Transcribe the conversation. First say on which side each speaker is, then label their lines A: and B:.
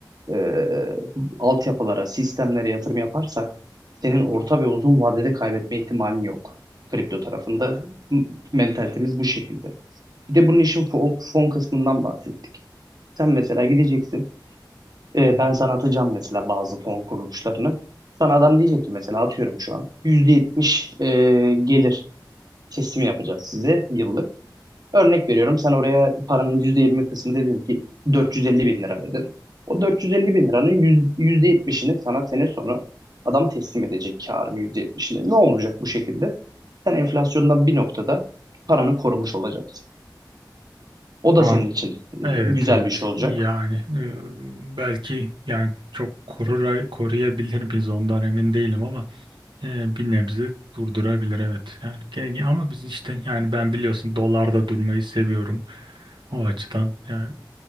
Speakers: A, on the right (about 55°); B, on the right (about 85°).
A: e, altyapılara, sistemlere yatırım yaparsak senin orta ve uzun vadede kaybetme ihtimalin yok. Kripto tarafında m- mentalitemiz bu şekilde. Bir de bunun işin fon, fon kısmından bahsettik. Sen mesela gideceksin. e, ben sana atacağım mesela bazı fon kuruluşlarını. Sana adam diyecek ki mesela atıyorum şu an. %70 e, gelir teslimi yapacağız size yıllık. Örnek veriyorum sen oraya paranın %20 kısmı dedin ki 450 bin lira dedin. O 450 bin liranın yüz- %70'ini sana sene sonu adam teslim edecek karın %70'ini. Ne olacak bu şekilde? Sen enflasyondan bir noktada paranı korumuş olacaksın. O da
B: Ha,
A: senin için e,
B: evet
A: güzel
B: evet
A: bir şey olacak.
B: yani e, belki yani çok korura, koruyabilir miyiz ondan emin değilim ama e, bir nebze durdurabilir evet. Yani gene- ama biz işte yani ben biliyorsun dolarda durmayı seviyorum o açıdan yani